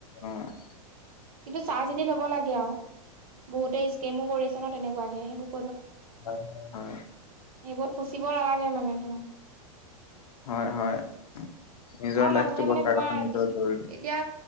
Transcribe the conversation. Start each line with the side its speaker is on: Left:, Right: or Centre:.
Left: <inaudible>
Right: কিন্তু চাই চিতি ল'ব লাগে আও বহুতে স্কেমো কৰিছে ন তেনেকুৱাকে সেইবোৰ
Left: হয় হয় হয়
Right: সেইবোৰ ত ফচিব নালাগে মানে তোমাৰ
Left: হয় হয় নিজৰ
Right: অ,
Left: লাইফটো
Right: মানুহে
Left: বচাই
Right: মানে তোমাৰ
Left: ৰখা নিজৰ
Right: কিছু
Left: জৰুৰী
Right: এতিয়া।